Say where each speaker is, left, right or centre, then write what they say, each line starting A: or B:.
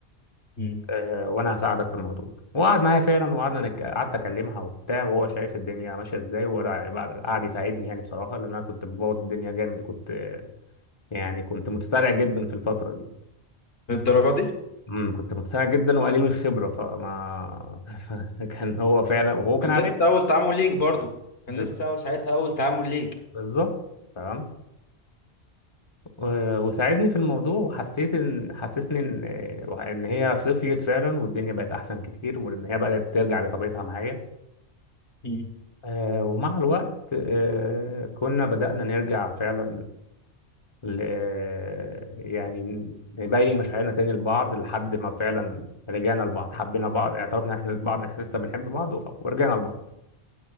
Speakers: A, on the left; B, on the left.
A: امم
B: آه، وانا هساعدك في الموضوع وقعد معايا فعلا وقعدنا نك... قعدت اكلمها وبتاع وهو شايف الدنيا ماشيه ازاي وقعد قعد قعد يساعدني يعني بصراحه لان انا كنت ببوظ الدنيا جامد كنت آه، يعني كنت متسرع جدا في الفتره دي
A: للدرجة دي
B: امم كنت متسرع جدا وقليل الخبره فما <laughs> كان هو فعلا وهو كان
A: كان
B: عارف
A: لسه أول تعامل ليك برضو كان
B: ب-
A: لسه أول ساعتها أول تعامل ليك
B: بالظبط تمام و- وساعدني في الموضوع وحسيت ان حسسني ان ان هي صفيت فعلا والدنيا بقت احسن كتير وان هي بدات ترجع لطبيعتها معايا
A: مم.
B: آه، ومع الوقت آه، كنا بدأنا نرجع فعلا ل- آه، يعني نبين مشاعرنا تاني لبعض لحد ما فعلا رجعنا لبعض حبينا بعض اعترفنا احنا لبعض إن احنا لسه بنحب بعض وخ- ورجعنا لبعض